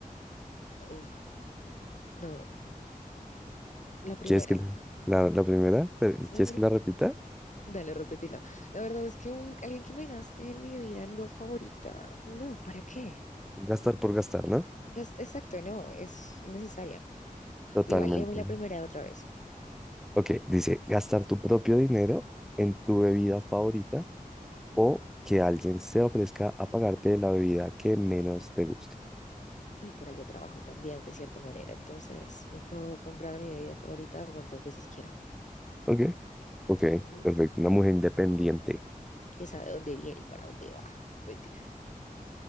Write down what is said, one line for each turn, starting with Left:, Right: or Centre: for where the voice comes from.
Left: uf, no, la primera.
Centre: ¿Quieres que le- la, la primera? Pero,
Left: Ujú.
Centre: ¿Quieres que la repita?
Left: Dale, repetila. La verdad es que un, alguien que me gaste en mi vida no favorita, no, ¿para qué?
Centre: Gastar por gastar, ¿no?
Left: Gas- Exacto, no, es innecesaria.
Centre: Totalmente.
Left: Igual, léeme la primera otra vez.
Centre: Ok, dice, gastar tu propio dinero en tu bebida favorita o que alguien se ofrezca a pagarte la bebida que menos te guste.
Left: Y por algo trabajo también, de cierta manera. Entonces, me puedo comprar mi bebida favorita cuantas veces quiera.
Centre: Ok. Ok,
Left: Ujú,
Centre: perfecto. Una mujer independiente.
Left: Que sabe dónde viene y para dónde va. Mentira.